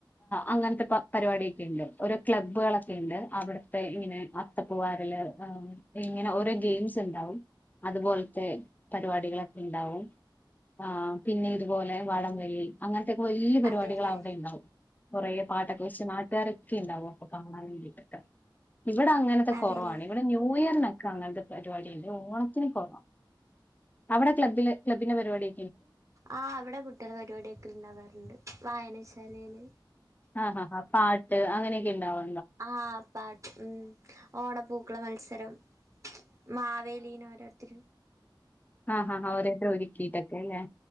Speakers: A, on the left; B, on the right.
A: അങ്ങൻത്തെ പരിപാടിക്കെ ഇണ്ട് ഓർ ക്ലബ്ബുകളൊക്കെ ഇണ്ട് അവിട്ത്തെ ഇങ്ങനെ അത്തപ്പുവാറില് ഇങ്ങനെ ഓരോ ഗെയിംസ് ഇണ്ടാവും അതുപോൽത്തെ പരിപാടികളൊ ഇണ്ടാവും ആ പിന്നെ ഇതുപോലെ വടംവലി അങ്ങൻ വല്ല്യ പരിപാടികൾ
B: അതെല്ലേ
A: അവിടെ ഇണ്ടാവും കൊറേ പാട്ടൊക്കെ വെച്ച് നാട്ടാരൊക്കെ ഇണ്ടാവും അപ്പൊ കാണാൻ വേണ്ടിട്ട് ഇവിടെ അങ്ങനത്തെ
B: അതെല്ലേ
A: കൊറവാണ് ഇവിടെ ന്യൂ ഇയറിനൊ അങ്ങനത്തെ പരിപാടില്ല ഓണത്തിന് കൊർ അവിടെ ക്ലബില് ക്ലബിന്റെ പരിപാടി
B: ആ ഇവിടെ കുട്ട്യാളെ പരിപാടിയൊക്കെ ഇണ്ടാവാറുണ്ട് വായനാശാലയില്
A: ആ ആ ആ പാട്ട് അങ്ങനെയൊക്കെ ഇണ്ടാവോ
B: ആ പാട്ട് ഉം ഓണപ്പൂക്കള മത്സ ത്തരം മാവേലീനേരോരുത്തർ
A: ആ ആ ആ ഓരോരുത്തർ ഒർക്കീ ട്ടൊക്ക ലേ